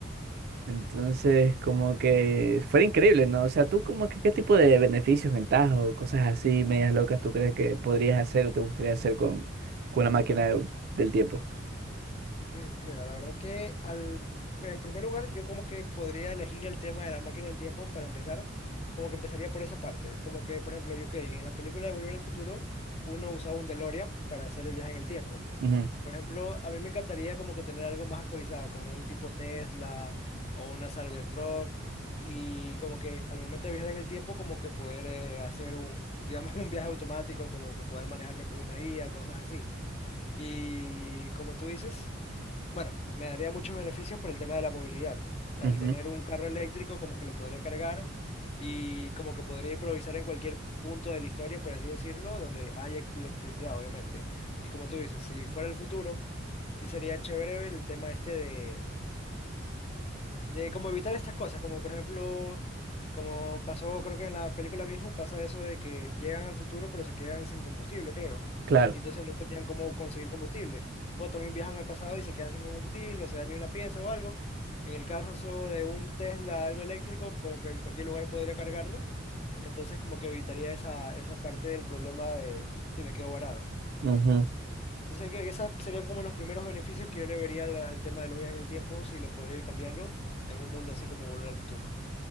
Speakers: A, on the right; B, on the left.
A: Entonces,
B: Ujú, exacto.
A: como que fuera increíble, ¿no? O sea, tú como que qué tipo de beneficios, ventajas o cosas así, medias locas, tú crees que podrías hacer o te gustaría hacer con, con una máquina de- del tiempo.
B: Mm, Mira, la verdad que al, en primer lugar yo como que podría elegir el tema de la máquina del tiempo para empezar, como que empezaría por esa parte, como que por ejemplo yo que en la película de Volver al Futuro uno usaba un DeLorean para hacer el viaje en el tiempo.
A: Ujú,
B: Por ejemplo, a mí me encantaría como que tener algo más actualizado, como un tipo Tesla o una Cybertruck y como que al momento de viajar en el tiempo como que poder eh, hacer un, digamos, <laughs> un viaje automático, como que poder manejarme con una IA, cosas así. Y como tú dices, bueno, me daría muchos beneficios por el tema de la movilidad. Al
A: ujú,
B: tener un carro eléctrico, como que lo podría cargar y como que podría improvisar en cualquier punto de la historia, por así decirlo, donde hay ec- electricidad, obviamente. Y como tú dices, si fuera el futuro, sí sería chévere el tema este de cómo evitar estas cosas, como por ejemplo, como pasó, creo que en la película mismo pasa eso de que llegan al futuro pero se quedan sin combustible, creo.
A: claro.
B: Y entonces no tenían cómo conseguir combustible. O también viajan al pasado y se quedan sin combustible, o se daña una pieza o algo. En el caso de un Tesla, algo eléctrico, como que en cualquier lugar podría cargarlo. Entonces como que evitaría esa, esa parte del problema de si me quedo varado.
A: Ujú,
B: Entonces, que esos serían como los primeros beneficios que yo le vería al, al tema de los viajes en el tiempo, si lo podría ir cambiando en un mundo así como Volver al Futuro.